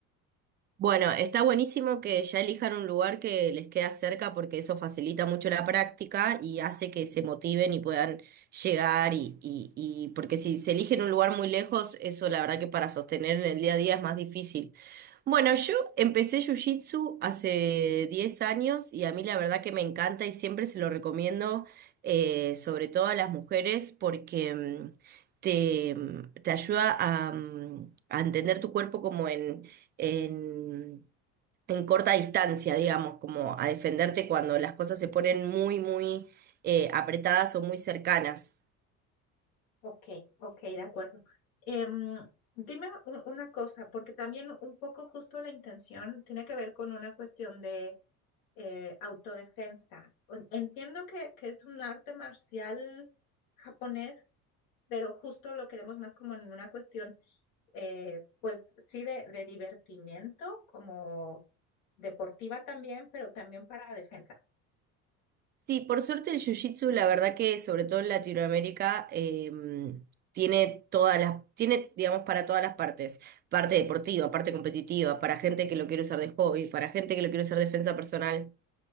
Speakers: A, on the right; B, on the left.
A: Bueno, está buenísimo que ya elijan un lugar que les queda cerca porque eso facilita mucho la práctica y hace que se motiven y puedan llegar y, y, y porque si se eligen un lugar muy lejos, eso la verdad que para sostener en el día a día es más difícil. Bueno, yo empecé Jiu-Jitsu hace 10 años y a mí la verdad que me encanta y siempre se lo recomiendo, eh, sobre todo a las mujeres, porque mm, te, mm, te ayuda a, mm, a entender tu cuerpo como en en, en corta distancia, digamos, como a defenderte cuando las cosas se ponen muy, muy eh, apretadas o muy cercanas.
B: Ok, ok, de acuerdo. Em, dime u- una cosa, porque también un poco justo la intención tiene que ver con una cuestión de eh, autodefensa. En- Entiendo que, que es un arte marcial japonés pero justo lo queremos más como en una cuestión, eh, pues sí, de, de divertimiento, como deportiva también, pero también para defensa.
A: Sí, por suerte el jiu-jitsu, la verdad que sobre todo en Latinoamérica, em, tiene todas las, tiene, digamos, para todas las partes, parte deportiva, parte competitiva, para gente que lo quiere usar de hobby, para gente que lo quiere usar de defensa personal.